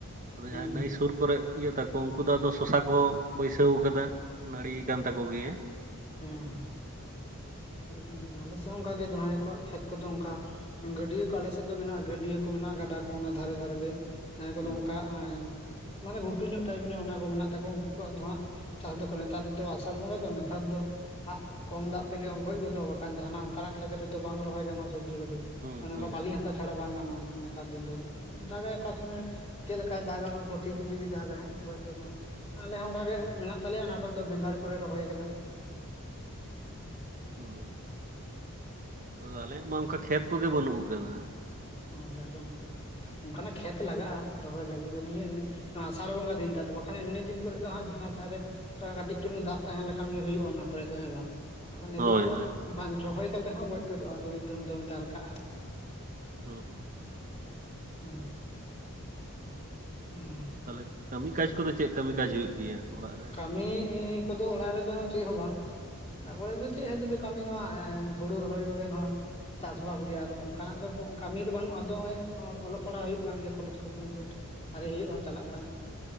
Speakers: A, on the right (about 35°); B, on the left (about 30°).
A: ᱟᱫᱚ
B: ᱦᱩᱸ
A: ᱡᱟᱦᱟᱸᱭ
B: ᱦᱩᱸ
A: ᱱᱟᱹᱭ ᱥᱩᱨ ᱠᱚᱨᱮ, ᱤᱭᱟᱹ ᱛᱟᱠᱚ ᱩᱱᱠᱩ ᱫᱚ ᱟᱫᱚ ᱥᱚᱥᱟ ᱠᱚ ᱵᱟᱹᱭᱥᱟᱹᱣ ᱠᱟᱫᱟ ᱱᱟᱹᱲᱤᱭᱟ ᱟᱠᱟᱱ ᱛᱟᱠᱚ ᱜᱮᱭᱟ᱾
B: ᱦᱮᱸ ᱦᱮᱸ, ᱮᱠᱫᱚᱢ ᱮᱠᱫᱚᱢ ᱟᱞᱮ ᱥᱮᱫ ᱦᱚᱸ ᱚᱱᱠᱟ ᱜᱮ ᱡᱟᱦᱟᱸᱭ ᱠᱚᱣᱟᱜ ᱠᱷᱮᱛ ᱠᱚᱫᱚ ᱚᱱᱠᱟ ᱜᱟᱹᱰᱭᱟᱹ ᱠᱚ ᱟᱞᱮᱥᱮᱫ ᱫᱚ ᱢᱮᱱᱟᱜᱼᱟ ᱜᱟᱹᱰᱭᱟᱹ ᱠᱚ ᱢᱮᱱᱟᱜᱼᱟ ᱜᱟᱰᱟ ᱠᱚ ᱚᱱᱟ ᱫᱷᱟᱨᱮ ᱫᱷᱟᱨᱮ ᱛᱮ᱾ ᱡᱟᱦᱟᱸᱭ ᱠᱚᱫᱚ
A: ᱦᱩᱸ
B: ᱚᱱᱠᱟ ᱢᱟᱱᱮ ᱜᱷᱩᱴᱩᱧᱚᱜ ᱴᱟᱭᱤᱯ ᱧᱚᱜ ᱚᱱᱟ ᱠᱚ ᱢᱮᱱᱟᱜ ᱛᱟᱠᱚᱣᱟ ᱩᱱᱠᱩ ᱠᱚᱣᱟᱜ ᱫᱚ ᱦᱟᱸᱜ, ᱪᱟᱥ ᱫᱚᱠᱚ ᱱᱮᱛᱟᱨ ᱫᱚ ᱟᱥᱟᱲ ᱵᱚᱸᱜᱟ ᱫᱚ ᱱᱮᱛᱟᱨ ᱫᱚ ᱦᱟᱸᱜ ᱠᱚᱢ ᱫᱟᱜᱽ ᱛᱮᱜᱮ ᱜᱚᱡ ᱜᱚᱫᱚᱜᱼᱟ ᱵᱟᱠᱷᱟᱱ ᱡᱟᱦᱟᱱᱟᱜ ᱚᱱᱠᱟᱱᱟᱜ ᱠᱷᱮᱛ ᱨᱮᱫᱚ ᱵᱟᱝ ᱨᱚᱦᱚᱭ ᱜᱟᱱᱚᱜ-ᱟ ᱥᱚᱵᱡᱤ ᱠᱚ ᱫᱚ
A: ᱦᱩᱸ
B: ᱚᱱᱮ ᱚᱱᱠᱟ
A: ᱦᱩᱸ
B: ᱵᱟᱞᱤ, ᱪᱷᱟᱲᱟ ᱵᱟᱝ ᱜᱟᱱᱚᱜᱼᱟ ᱱᱮᱛᱟᱨ ᱫᱤᱱ ᱫᱚ ᱫᱟᱜᱽ ᱜᱟᱭ ᱚᱠᱟ ᱥᱚᱢᱚᱭ ᱪᱮᱫ ᱞᱮᱠᱟᱭ ᱫᱟᱜᱟ ᱵᱟᱝ ᱯᱨᱚᱛᱤᱫᱤᱱ ᱡᱩᱫᱤ ᱫᱟᱜᱟᱭ ᱦᱟᱜ ᱜᱚᱡ ᱠᱚᱫᱚ, ᱟᱞᱮ ᱦᱚᱸ ᱚᱱᱠᱟ ᱜᱮ ᱢᱮᱱᱟᱜ ᱛᱟᱞᱮᱭᱟ ᱚᱱᱟ ᱠᱚᱨᱮ ᱫᱚ ᱵᱮᱸᱜᱟᱲ ᱠᱚᱨᱮ ᱨᱚᱦᱚᱭ ᱟᱠᱟᱫᱟ᱾
A: ᱚᱸᱻ ᱟᱫᱚ ᱟᱞᱮᱭᱟᱜ ᱢᱟ ᱚᱱᱠᱟ ᱠᱷᱮᱛ ᱠᱚᱜᱮ ᱵᱟᱹᱱᱩᱜ ᱠᱟᱫᱟ᱾
B: ᱦᱳᱭ ᱦᱳᱭ ᱚᱱᱠᱟᱱᱟᱜ ᱠᱷᱮᱛ ᱞᱟᱜᱟᱜᱼᱟ ᱟᱫ ᱨᱚᱦᱚᱭ ᱞᱟᱹᱜᱤᱫ ᱫᱚ ᱱᱤᱭᱟᱹ ᱱᱚᱣᱟ ᱟᱥᱟᱲ ᱵᱚᱸᱜᱟ ᱫᱤᱱ ᱴᱟᱜ ᱫᱚ ᱵᱟᱠᱷᱟᱱ ᱮᱢᱱᱤ ᱫᱤᱱ ᱠᱚᱨᱮᱜ ᱫᱚ ᱦᱟᱸᱜ ᱡᱟᱦᱟᱸᱭ ᱛᱟᱦᱟ ᱨᱮ, ᱠᱟᱹᱴᱤᱡ ᱪᱩᱞᱩᱝ ᱫᱟᱜ᱾ ᱛᱟᱦᱮᱸ ᱞᱮᱠᱷᱟᱱ ᱜᱮ ᱦᱩᱭᱩᱜᱜᱼᱟ ᱚᱱᱟ ᱠᱚᱨᱮ ᱫᱚ ᱦᱮᱸ ᱵᱟᱝ, ᱟᱫᱚ
A: ᱦᱳᱭ
B: ᱱᱤᱛᱚᱜ ᱫᱚ
A: ᱦᱳᱭ
B: ᱵᱟᱝ ᱨᱚᱦᱚᱭ ᱠᱟᱛᱮ ᱦᱚᱸ ᱜᱚᱡ ᱜᱚᱫᱚᱜᱼᱟ ᱡᱩᱫᱤ ᱫᱚᱢᱮ ᱡᱟᱨᱠᱟᱜᱼᱟ᱾
A: ᱦᱮᱸ ᱦᱮᱸ,
B: ᱦᱩᱸᱦᱩᱸ᱾ ᱦᱩᱸ
A: ᱛᱟᱦᱚᱞᱮ ᱠᱟᱹᱢᱤ ᱠᱟᱡ ᱠᱚᱫᱚ ᱪᱮᱫ ᱠᱟᱹᱢᱤ ᱠᱟᱡ ᱦᱩᱭᱩᱜ ᱜᱮᱭᱟ ᱚᱲᱟᱜ ᱨᱮ,
B: ᱢᱤ ᱻᱤ ᱠᱚᱫᱚ ᱚᱲᱟᱜ ᱨᱮᱫᱚ ᱪᱮᱫ ᱦᱚᱸ ᱵᱟᱝ᱾ ᱚᱱᱟ ᱠᱚᱨᱮ ᱫᱚ ᱪᱮᱫ ᱦᱤᱡᱩᱜ ᱫᱚ ᱠᱟᱹᱢᱤ ᱱᱚᱣᱟ ᱮ ᱦᱩᱲᱩ ᱨᱚᱦᱚᱭ ᱠᱚᱜᱮ ᱱᱚᱣᱟ, ᱪᱟᱥ ᱵᱟᱥ ᱜᱮᱭᱟ ᱟᱨ ᱚᱱᱠᱟᱱᱟᱜ ᱫᱚ ᱠᱟᱹᱢᱤ ᱫᱚ ᱵᱟᱹᱱᱩᱜᱼᱟ, ᱟᱫᱚ ᱱᱚᱜᱚᱭ ᱚᱞᱚᱜ ᱯᱟᱲᱦᱟᱜ ᱦᱩᱭᱩᱜ ᱠᱟᱱ ᱜᱮᱭᱟ ᱠᱚᱞᱮᱡᱽ ᱠᱚ ᱠᱚᱢᱯᱞᱤᱴ᱾ ᱟᱣᱨᱮ ᱦᱩᱭᱩᱜᱼᱟ ᱦᱚᱸ ᱪᱟᱞᱟᱜ ᱠᱟᱱᱟ᱾